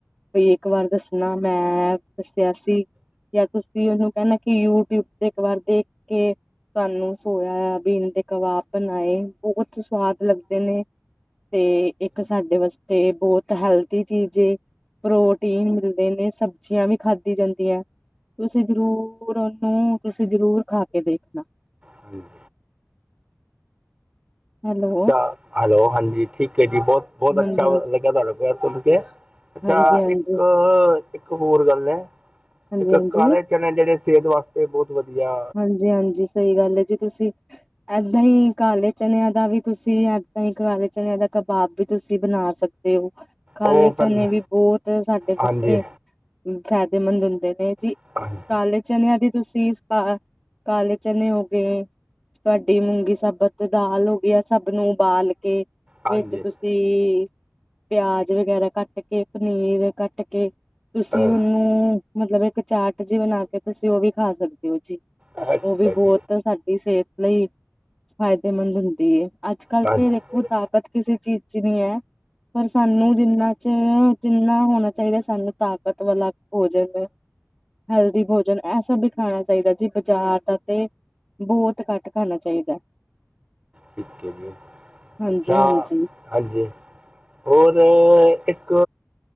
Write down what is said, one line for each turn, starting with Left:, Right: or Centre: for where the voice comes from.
Centre: ਬਈ ਏਕ ਵਾਰ ਦੱਸਨਾ ਮੈਂ ਦੱਸੇਆਸੀ ਯਾ ਤੂਸੀ ਓਨੂੰ ਕੈਨਾਂ ਕਿ ਯੂਟੀਊਬ ਤੇ ਇਕ ਵਾਰ ਦੇਖ ਕੇ ਤੂਆਨੂੰ ਸੋਏਆਬੀਨ ਤੇ ਕਬਾਬ ਬਨਾਏ ਬੋਹਤ ਈ ਸਵਾਦ ਲੱਗਦੇ ਨੇ। ਤੇ ਏਕ ਸਾਡੇ ਵਸਤੇ ਬੋਤ ਹੈਲਦੀ ਚੀਜ ਏ। ਪ੍ਰੋਟੀਨ ਮਿਲਦੇ ਨੇ, ਸਬਜੀਆਂ ਵੀ ਖਾਦੀ ਜਾਂਦੀਐਂ। ਤੂਸੀ ਜਰੂਰ ਓਨੂੰ ਤੂਸੀ ਜਰੂਰ ਖਾ ਕੇ ਦੇਖਨਾ।
Right: ਹਾਂਜੀ
Centre: ਹੈਲੋ
Right: ਅੱਛਾ, ਹੈਲੋ, ਹਾਂਜੀ ਠੀਕੇ ਏ ਜੀ, ਬੋਤ-ਬੋਤ
Centre: ਹਾਂਜੀ।
Right: ਅੱਛਾ ਲਗੇਆ, ਤੂਆਡੇ ਕੋਲ ਐ ਸੁਨ ਕੇ। ਅੱਛਾ,
Centre: ਹਾਂਜੀ-ਹਾਂਜੀ,
Right: ਇੱਕ-ਇੱਕ ਹੋਰ ਗਾੱਲ ਐ,
Centre: ਹਾਂਜੀ-ਹਾਂਜੀ,
Right: ਇੱਕ ਕਾਲੇ ਚਨੇ ਜੇੜੇ ਸ੍ਹੇਤ ਵਾਸਤੇ ਬੋਤ ਵਦੀਆ।
Centre: ਹਾਂਜੀ, ਹਾਂਜੀ ਸਈ ਗਾੱਲ ਐ ਜੀ ਤੂਸੀ ਐਦਾਂਈ ਕਾਲੇ ਚਨੇਆਂ ਦਾ ਵੀ ਤੂਸੀ, ਏਦਾਂ ਈ ਕਾਲੇ ਚਨੇਆਂ ਦਾ ਕਬਾਬ ਵੀ ਤੂਸੀ ਬਨਾ ਸਕ ਦੇ ਓ, ਕਾਲੇ
Right: ਉਹ
Centre: ਚਨੇ
Right: ਪਹਿਲਾਂ
Centre: ਵੀ ਬੋਤ ਸਾਡੇ
Right: ਹਾਂਜੀ
Centre: ਵਸਤੇ ਫੈਦੇ ਮੰਦ ਹੂੰਦੇ ਨੇ ਜੀ,
Right: ਹਾਂਜੀ
Centre: ਕਾਲੇ ਚਨੇਆਂ ਦੀ ਤੂਸੀ ਪਾ ਕਾਲੇ ਚਨੇ ਹੋ ਗਏ ਤੂਆਡੀ ਮੂੰਗੀ ਸਾਬਤ ਦਾਲ ਹੋਗੀ, ਐ ਸਬ ਨੂੰ ਉਬਾਲ ਕੇ
Right: ਹਾਂਜੀ
Centre: ਵੇਚੱ ਤੂਸੀ ਤੇ ਪੇਆਜ ਵਗੈਰਾ ਕਾੱਟ ਕੇ, ਪਨੀਰ ਕਾੱਟ ਕੇ ਤੂਸੀ
Right: ਅ
Centre: ਓਨੂੰ ਮਤਲਬ ਏਕ ਚਾਟ ਜੀ ਬਨਾ ਕੇ ਤੂਸੀ ਓ ਵੀ ਖਾ ਸਕਦੇ ਓ ਜੀ,
Right: ਅੱਛਾ
Centre: ਓ ਵੀ
Right: ਜੀ
Centre: ਬੋਤ ਸਾਡੀ ਸ੍ਹੇਤ ਲਈ ਫਾਇਦੇਮੰਦ ਹੁੰਦੀ ਏ। ਅੱਜ-ਕੱਲ
Right: ਹਾਂਜੀ
Centre: ਤੇ ਦੇਖੋ ਤਾਕਤ ਕਿਸੇ ਚੀਜ ਚ ਨੀ ਐ। ਪਰ ਸਾਨੂੰ ਜਿੰਨਾ ਚ, ਜਿੰਨਾ ਹੋਣਾ ਚਾਈਦਾ ਸਾਨੂੰ ਤਾਕਤ ਵਾਲਾ ਭੋਜਨ ਹੈਲਦੀ ਭੋਜਨ, ਐ ਸਬ ਈ ਖਾਨਾ ਚਾਈਦਾ ਜੀ ਬਜਾਰ ਦਾ ਤੇ ਬੋਤ ਘਾੱਟ ਖਾਨਾ ਚਾਈਦੈ।
Right: ਠੀਕ ਏ ਜੀ,
Centre: ਹਾਂਜੀ
Right: ਅੱਛਾ,
Centre: ਹਾਂਜੀ
Right: ਹਾਂਜੀ। ਹੋਰ ਇੱਕ